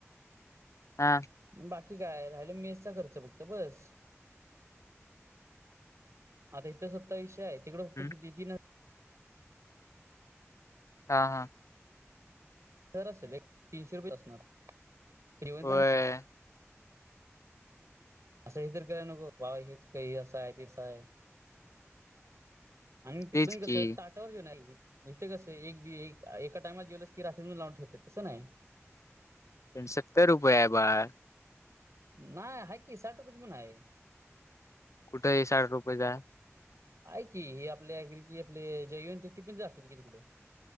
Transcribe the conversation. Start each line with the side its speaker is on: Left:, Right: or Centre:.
Left: हां
Right: बाकी काय राहिलं मेसचा खर्च फक्त बस. आता इथं सत्तावीसशे आहे तिकड
Left: हम्म
Right: फक्त किती तीन हजार
Left: हा हां
Right: असेल तीनशे रुपये असणार <unintelligible>
Left: होय
Right: असं हे तर करायला नको बाबा हेच काही असं आहे तसं आहे. आणि तिकडून
Left: तेच
Right: कस
Left: की
Right: ताट ताटावर जेवण आहे की इथं कसं एक एका टाइमला जेवलस की रात्री लावून ठेवते तस नाही.
Left: सत्तर रुपये आहे बाळ.
Right: नाही हाय की साठ रुपयांचं पण हाय.
Left: कुठंय साठ रुपयेच.
Right: आहे की ही आपल्यागची आपले जयनते ती पण ज असते की तिकडे.